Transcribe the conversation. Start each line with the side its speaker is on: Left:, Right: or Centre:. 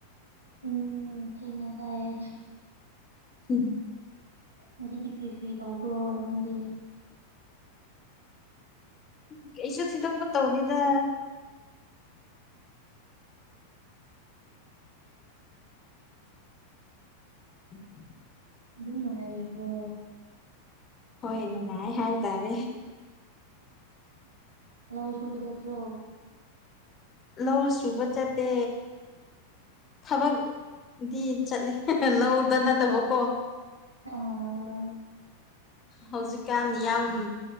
Right: ꯎꯝ ꯊꯦꯡꯅ ꯆꯥꯏꯌꯦ
Left: ꯎꯝ
Right: ꯉꯁꯤꯗꯤ ꯀꯔꯤ ꯀꯔꯤ ꯇꯧꯕ꯭ꯔꯣ ꯅꯪꯗꯤ
Left: ꯎ ꯀꯩꯁꯨ ꯊꯤꯗꯣꯛꯄ ꯇꯧꯗꯦꯗ ꯎꯝ
Right: ꯑꯗꯨꯝ ꯅꯨꯡꯉꯥꯏꯔꯤꯦꯕ꯭ꯔꯣ
Left: ꯍꯣꯏ ꯅꯨꯡꯉꯥꯏ ꯍꯥꯏꯇꯥꯔꯦ
Right: ꯂꯧꯁꯨꯨꯕ ꯆꯠꯇ꯭ꯔ
Left: ꯂꯧ ꯁꯨꯕ ꯆꯠꯇꯦ ꯊꯕꯛ ꯗ ꯆ ꯂꯗꯅꯗ ꯍꯀꯣ
Right: ꯑꯥ
Left: ꯍꯧꯖꯤꯛꯀꯥꯟ ꯌꯥꯝ